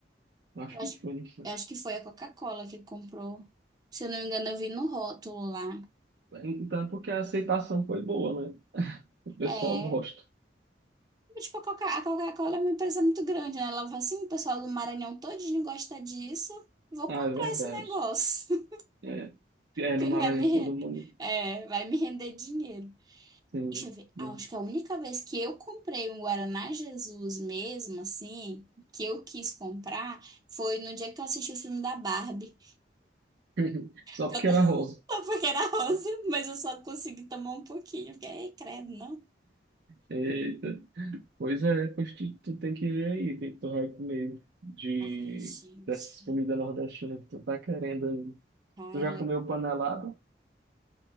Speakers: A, on the right; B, on the right.
A: Acho
B: Eu
A: que
B: acho,
A: foi, não sei.
B: eu acho que foi a Coca-Cola que comprou. Se eu não me engano, eu vi no rótulo lá.
A: Então, é porque a aceitação foi boa, né? O pessoal
B: É.
A: gosta.
B: Mas, tipo, a Coca- a Coca-Cola é uma empresa muito grande, né? Ela falou assim, o pessoal do Maranhão todinho gosta disso. Vou
A: Ah,
B: comprar
A: é verdade.
B: esse negócio.
A: É, é
B: que
A: no Maranhão
B: vai me,
A: todo
B: re-
A: mundo.
B: é, vai me render dinheiro.
A: Sim.
B: Deixa eu ver.
A: né?
B: Ah, acho que a única vez que eu comprei um Guaraná Jesus mesmo, assim, que eu quis comprar, foi no dia que eu assisti o filme da Barbie.
A: <laughs> Só
B: Que
A: porque
B: eu tava
A: era rosa.
B: <laughs> porque era rosa, mas eu só consegui tomar um pouquinho. Porque, "Ei, credo, não.
A: Eita. Pois é, pois tu, tu tem que ver aí o que que tu vai comer de,
B: Ai, gente.
A: dessas comidas nordestinas que tu tá querendo aí.
B: Cara.
A: Tu já comeu panelada?